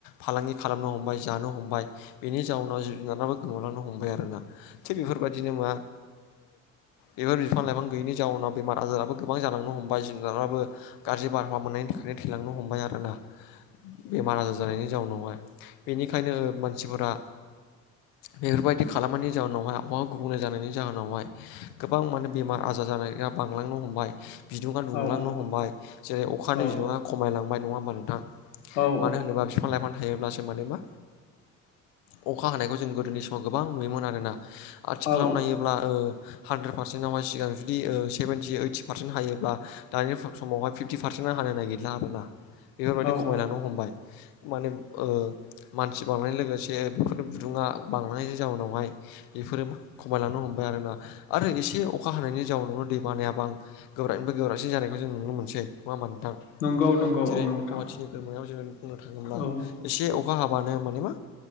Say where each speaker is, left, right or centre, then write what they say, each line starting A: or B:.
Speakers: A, on the left (about 65°); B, on the left (about 85°).
A: फालांगि खालामनो हमबाय जानो हमबाय। बेनि जाउनााव जुनाराबो गोमालांनो हमबाय आरोना थिग बेफोरबायदिनो मा बेफोर बिफां- लाइफां गैयिनि जाउनाव बेमार आजाराबो गोबां जानांनो हमबबाय जुनगाराबो गाज्रि बार हावा मोननायनि थाखायनो थैलांनो हमबाय आरोना बेमार आजार जानायनि जाउनावहाय। बेनिखायनो मानसिफोरा बेफोरबायदि खालामनायनि जाहोनावहाय आबहावा गुबुंले जानायनि जाहोनावहाय गोबां माने बेमार आजार जानाया बांलांनो हमबाय। बिदुं दुंलांनो
B: औ
A: हमबाय जेरै अखानि
B: औ
A: बिबाङा खमायलांबाय नङा होमबा नोंथां?
B: औ
A: मानो होनोबा बिफां लाइफां थायोब्लासो माने मा अखा हानायखौ जों गोदोनि समाव गोबां नुयोमोन आरोना आथिखालाव
B: औ
A: नायोब्ला हानद्रेद पारसेन्टावहाय सिगां जुदि सेभेनन्टि ओइटि फ पारसेन्ट हायोब्ला दानि समावाय फिटि फ पारसेन्टना हानो नागिरला आरोना बेफोरबायदि
B: औ
A: खमायलांनो हमबाय। माने मानसि बांनाय लोगोसे बेफोरनि गुदुङा बांलनायनि जाउनावहाय। बेफोरो मा खमायलांनो हमबाय आरोना। आरो एसे अखा हानायनि जाउनावनो दै बानायाबा आं गोबोरानिफ्राय गोबोरासिन जानायखौ जों नुनो मोनसै। नङा होमबा नोंथां
B: नंगौ नंगौ
A: जेरै
B: औ नोंथां
A: गुवाहाटिनि बोरमायाव जों बुंनो थाङोब्ला
B: ओ
A: एसे अखा हाबानो माने मा